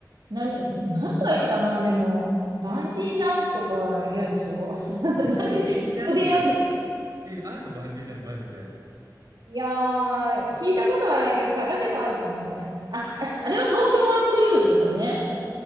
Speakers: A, on the right; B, on the right.
A: 何、何がいいかな、でも、バンジージャンプとか嫌でしょ <laughs>
B: <laughs>
A: なんで、
B: バンジージャンプって、
A: ここでやるの
B: え、あるのバンジージャンプマジで。
A: いやー、聞いたことはないけど、探せばあるかもね。あ、ああれは東京湾クルーズとかね。